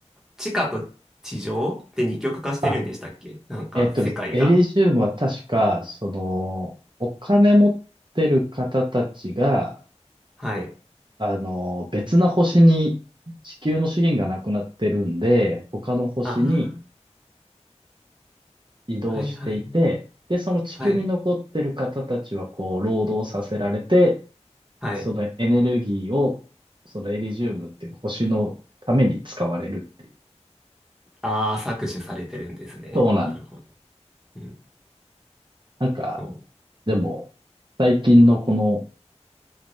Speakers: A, in the centre; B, on the right.
A: 地下と地上で二極化してるんでしたっけなんか、
B: な。あ、えっとですね、
A: 世界が。
B: エリジウムは確か、その、お金持ってる方たちが、
A: はい。
B: あの、別な星に地球の資源がなくなってるんで、他の星に
A: あ
B: 移動していて、
A: あ、はいはい。
B: で、その地球に残ってる方たちはこう、
A: はい。
B: 労働させられて、
A: はい。
B: そのエネルギーを、そのエリジウムっていう星のために使われるっていう。
A: ああ、搾取されてるんですね。
B: そうなんです。
A: なるほど。うん、
B: なんか、
A: そう。
B: でも、最近のこの